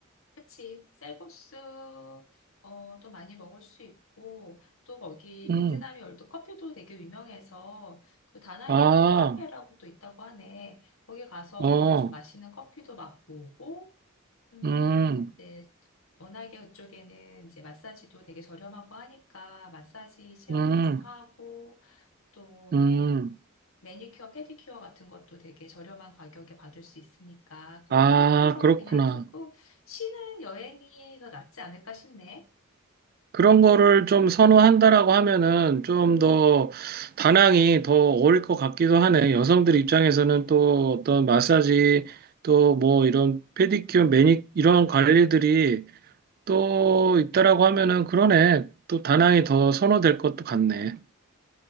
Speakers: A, on the left; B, on the right.
A: 그치. 쌀국수, 어, 도 많이 먹을 수 있고, 또 거기
B: 음,
A: 베트남이 얼도 커피도 되게 유명해서, 그 다낭에
B: 아,
A: 콩카페라고 또 있다고 하네. 거기 가서
B: 어,
A: 좀 맛있는 커피도 맛보고, 음,
B: 음,
A: 이제 워낙에 그쪽에는 이제 마사지도 되게 저렴하고 하니까, 마사지 체험도
B: 음,
A: 좀 하고, 또뭐
B: 음.
A: 매니큐어, 페디큐어 같은 것도 되게 저렴한 가격에 받을 수 있으니까 그런
B: 아,
A: 거 하면서
B: 그렇구나.
A: 그냥 조금 쉬는 여행이 더 낫지 않을까 싶네.
B: 그런 거를 좀 선호한다라고 하면은 좀 더 다낭이 더 어울 릴 것 같기도 하네. 여성들 입장에서는 또 어떤 마사지 또 뭐 이런 페디큐어, 매니 이런 관리들이 또 있다라고 하면은 그러네. 또 다낭이 더 선호될 것도 같네.